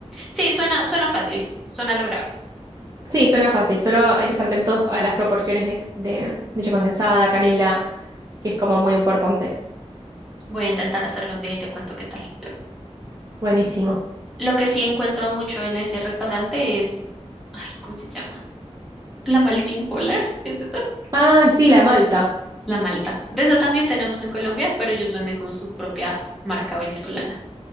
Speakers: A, in the centre; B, on the right.
A: Sí, suena, suena fácil, suena lo grave.
B: Sí, suena fácil, solo hay que estar atentos a las proporciones de, de leche condensada, canela, que es como muy importante.
A: Voy a intentar hacerlo un día y te cuento qué tal.
B: Buenísimo.
A: Lo que sí encuentro mucho en ese restaurante es, ay, ¿cómo se llama? La malta impolar, ¿es esa?
B: Ah, sí, la malta.
A: La malta. De esa también tenemos en Colombia, pero ellos venden como su propia marca venezolana.